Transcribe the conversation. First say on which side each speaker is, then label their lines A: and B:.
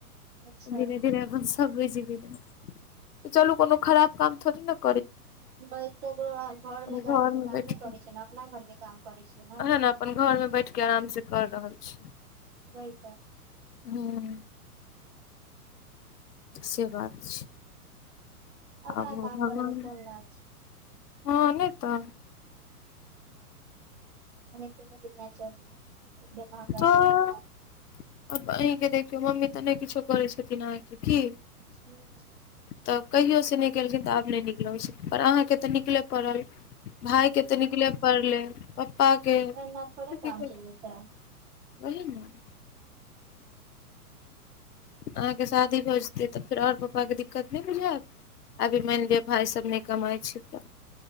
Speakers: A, on the right (about 45°); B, on the left (about 80°).
A: अच्छा
B: धीरे -धीरे आब। हम सब बुझी गेलये चलू कोनो खराब काम थोड़ी न -
A: भाय ककरो घरमे
B: हम घर
A: जाक तऽ
B: मे
A: काम
B: बैठ
A: नहि
B: के
A: करै छियै ने अपना घर के काम करै छियै न।
B: ओहे ने अपन घर में बैठ के आराम से कर रहल छी।
A: वही तऽ।
B: हूँ। से बात छै।
A: अपना
B: आगू भगवान
A: काम करमे कोन लाज।
B: हँ नहि तऽ।
A: अनहिते नहि दुनिया चलै हइ एते महंगाई
B: तऽ
A: के दुनिया में।
B: आब अहींके देखियौ मम्मी तऽ नहि किछो करै छथिन अहाँके की।
A: हुं।
B: तऽ कहियोसँ नहि केलखिन तऽ आब नहि निक लगै छैन पर अहाँकेँ तऽ निकलय पड़ल। भायके तऽ निकले पड़ले पप्पा के
A: एना थोड़े
B: दि
A: काम चलि जेतै
B: वोही न। अहाँके शादी भऽ जेतै तऽ फेर आओर पप्पाके दिक्कत नहि बुझायत। अभी मानि लिअ भाय सब नहि कमाइ छै तऽ।